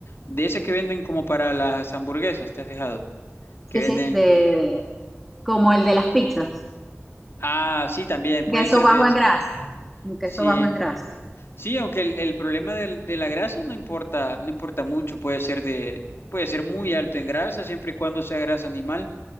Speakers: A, on the left; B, in the centre.
A: de ese que venden como para las hamburguesas, ¿te has fijado? Que
B: Sí,
A: venden.
B: sí, de, como el de las pizzas,
A: Ah, sí, también puede
B: queso
A: ser
B: bajo
A: de ese.
B: en grasa, un queso
A: Sí,
B: bajo en grasa,
A: sí, aunque el, el problema del- de la grasa no importa, no importa mucho, puede ser de, puede ser muy alto en grasa siempre y cuando sea grasa animal.